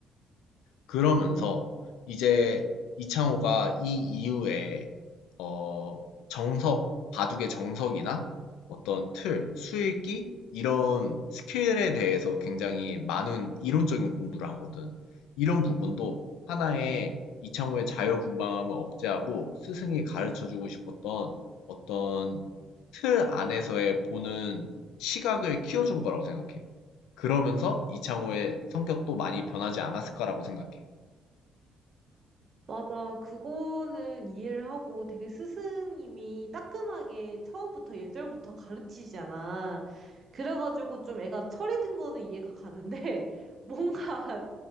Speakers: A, on the left (about 85°); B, on the right (about 50°).
A: 그러면서 이제 이창호가 이 이후에 어, 정석, 바둑의 정석이나 어떤 틀, 수읽기 이런 스킬에 대해서 굉장히 많은 이론적인 공부를 하거든. 이런 부분도 하나의 이창호의 자유분방함을 억제하고 스승이 가르쳐주고 싶었던 어떤 틀 안에서의 보는 시각을 키워준 거라고 생각해. 그러면서 이창호의 성격도 많이 변하지 않았을까라고 생각해.
B: 맞아. 그거는 이해를 하고 되게 스승님이 따끔하게 처음부터 예절부터 가르치시잖아. 그래가지고 좀 애가 철이 든 거는 이해가 가는데 <laughs> 뭔가